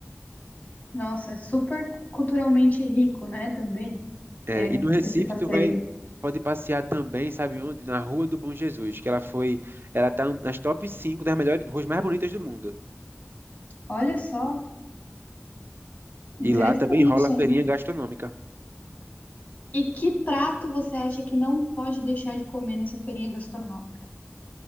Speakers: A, on the left (about 45°); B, on the right (about 55°).
A: Nossa, super culturalmente rico, né, também,
B: É,
A: é,
B: e no Recife
A: esse passeio.
B: tu vai pode passear também, sabe onde? Na Rua do Bom Jesus, que ela foi, ela tá nas top 5 das melhores ruas mais bonitas do mundo.
A: Olha só, interessante,
B: E lá também rola
A: hein?
B: feirinha gastronômica.
A: E que prato você acha que não pode deixar de comer nessa feirinha gastronômica?